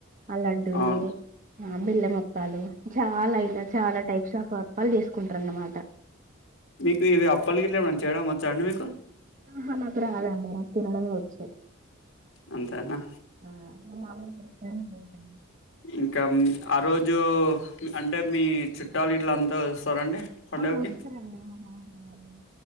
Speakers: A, on the right (about 40°); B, on the left (about 65°).
A: ఆ లడ్డూలు
B: అవును
A: బెల్లెమప్ప అప్పాలు చాలా ఇలా చాలా టైప్స్ ఆఫ్ అప్పాలు తీసుకుంటారు అన్నమాట
B: మీకు ఇవి అప్పలు గ ఇట్ ఏమ చేయడం వచ్చా అండి మీకు
A: ఆహా మాకు రాదండి మాకు తినడమే వచ్చు
B: అంతేనా
A: ఆ అ మమ్మి అ
B: ఇంకా ఆ రోజు అంటే మీ చుట్టాలు ఇట్ల అంతా వస్తారండి పండుగకి
A: ఆ వస్తారండి మా మామ వాళ్ళు